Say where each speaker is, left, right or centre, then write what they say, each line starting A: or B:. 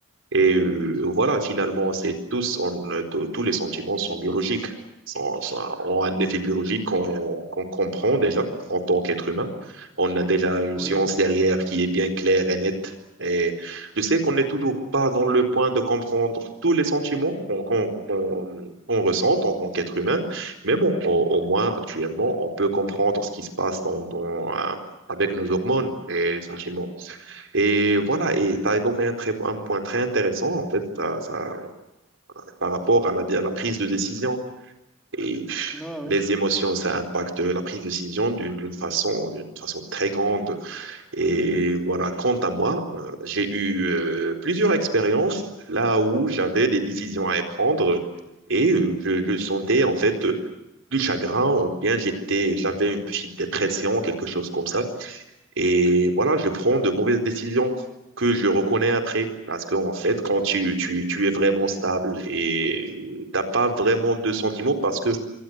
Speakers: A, on the right (about 70°); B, in the centre.
A: Et euh, voilà, finalement, c'est tous, on, euh, tous tous les sentiments sont biologiques, sont- sont- ont un effet biologique qu'on qu'on comprend déjà en tant qu'être humain. On a déjà une
B: oui.
A: science derrière qui est bien claire et nette. Et je sais qu'on n'est toujours pas dans le point de comprendre tous les sentiments qu'on qu'on qu'on- qu'on ressent en tant qu'être humain, mais bon, au, au moins actuellement, on peut comprendre ce qui se passe dans, dans, euh, avec nos hormones et sentiments. Et voilà, et tu as évoqué un, très, un point très intéressant, en fait, ça, ça- par rapport à la, à la prise de décision. Et
B: Ouais, ouais,
A: les émotions, ça impacte la prise de décision d'une d'une façon, d'une façon très grande. Et voilà, quant à moi, euh, j'ai eu euh, plusieurs expériences là où j'avais des décisions à prendre et euh, je, je sentais en fait euh, du chagrin ou bien j'étais, j'avais une petite dépression, quelque chose comme ça. Et voilà, je prends de mauvaises décisions que je reconnais après. Parce qu'en fait, quand tu, tu, tu es vraiment stable et euh, t'as pas vraiment de sentiments, parce que